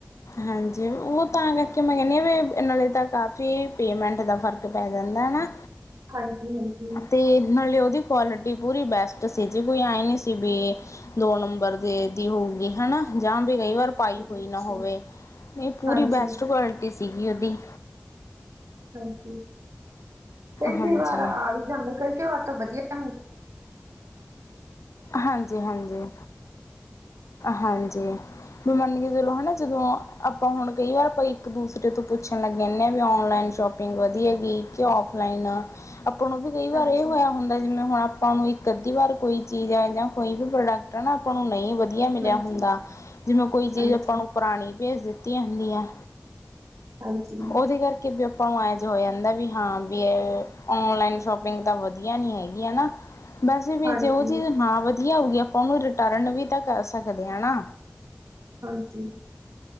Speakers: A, on the left (about 85°); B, on the right (about 85°).
A: ਹਾਂਜੀ, ਉਹ ਤਾਂ ਕਰਕੇ ਮੈਂ ਕਹਿ ਨੀ ਵੀ ਹਾਂ। ਵੀ ਨਾਲੇ ਤਾਂ ਕਾਫੀ ਪੇਮੈਂਟ ਦਾ ਫ਼ਰਕ ਪੈ ਜਾਂਦਾ ਹੈ ਨਾ।
B: ਹਾਂਜੀ। ਹਾਂਜੀ
A: ਤੇ ਨਾਲੇ ਉਹਦੇ ਕੁਆਲਿਟੀ ਪੂਰੀ ਬੈਸਟ ਸੀ, ਜੀ ਕੋਈ ਐਂ ਨਹੀਂ ਸੀ। ਵੀ ਦੋ ਨੰਬਰ ਦੇ ਦੀ ਹੋਏਗੀ ਹਨਾ। ਜਾਂ ਵੀ ਕਈ ਵਾਰ ਪਾਈ ਹੋਈ
B: ਅੱਛਾ
A: ਨਾ ਹੋਵੇ। ਇਹ ਪੂਰੀ
B: ਹਾਂਜੀ
A: ਬੈਸਟ ਕੁਆਲਿਟੀ ਸੀਗੀ ਉਹਦੀ।
B: ਹਾਂਜੀ, ਕਈ-ਕਈ
A: ਹਾਂਜੀ
B: ਵਾਰ ਆ ਵੀ ਜਾਂਦੇ ਕਈ- ਕਈ ਵਾਰ ਤਾਂ ਵਧੀਆ <unintelligible>
A: ਹਾਂਜੀ ਹਾਂਜੀ ਹਾਂਜੀ। ਵੀ ਮੰਨ ਕੇ ਚਲੋ ਹਨਾ ਜਦੋਂ ਆਪਾਂ ਹੁਨ ਕਈ ਵਾਰ ਆਪਾਂ ਇੱਕ ਦੂਸਰੇ ਤੋਂ ਪੁੱਛਨ ਲੱਗ ਜਾਂਨੇ ਆਂ ਵੀ ਔਨਲਾਈਨ ਸ਼ੋਪ ਸੌਪਿੰਗ ਵਦੀਆ ਗੀ ਕੀ ਔਫਲਾਈਨ। ਆਪਾਂ ਨੂੰ ਵੀ ਕਈ ਵਾਰ
B: ਹਾਂਜੀ
A: ਏਹ ਹੋਏਆ ਹੁੰਦਾ ਜਿਵੇਂ ਹੁਨ ਆਪਾਂ ਨੂੰ ਇੱਕ ਅੱਧੀ ਵਾਰ ਕੋਈ ਚੀਜ਼ ਐ ਜਾਂ ਕੋਈ ਵੀ ਪ੍ਰੋਡਕ ਟ ਐ ਨਾ ਆਪਾਂ ਨੂੰ ਨਈਂ ਵਦੀਆ ਮਿਲਿਆ
B: ਹਾਂਜੀ
A: ਹੁੰਦਾ, ਜਿਵੇਂ ਕੋਈ ਚੀਜ਼
B: ਹਾਂਜੀ
A: ਆਪਾਂ ਨੂੰ ਪੁਰਾਨੀ ਭੇਜ ਦਿੱਤੀਆ ਹੁੰਦੀ ਐ,
B: ਹਾਂਜੀ
A: ਓਦੇ ਕਰ ਕੇ ਵੀ ਆਪਾਂ ਨੂੰ ਐਂ ਜੇ ਹੋ ਜਾਂਦਾ ਵੀ ਹਾਂ ਵੀ ਏ ਔਨਲਾਈਨ ਸ਼ੋਪਿੰਗ ਤਾਂ ਵਦੀਆ ਨੀ ਹੈਗੀ ਹਨਾ। ਵੈਸੇ ਵੀ
B: ਹਾਂਜੀ
A: ਜੇ ਓਹ ਚੀਜ਼ ਨਾ ਵਦੀਆ ਹੋਊਗੀ ਆਪਾਂ ਓਨੂੰ ਰਿਟਰਨ ਵੀ ਤਾਂ ਕਰ ਸਕਦੇ ਆਂ ਨਾ।
B: ਹਾਂਜੀ।